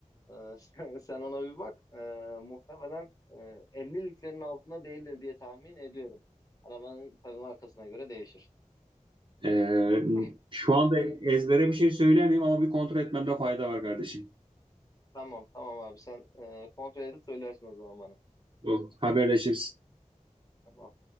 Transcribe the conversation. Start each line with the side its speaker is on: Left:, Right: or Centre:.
Left: Ee, <laughs> sen, sen ona bir bak. Ee, muhtemelen e, 50 litrenin altında değildir diye tahmin ediyorum. Arabanın tabii markasına göre değişir.
Right: Ee,
Left: <clears throat> <laughs>
Right: şu anda ezbere bir şey söylemiyorum ama bir kontrol etmemde fayda var kardeşim.
Left: Tamam tamam abi sen e, kontrol edip söylersin o zaman bana.
Right: Bu haberleşiriz.
Left: Tamam.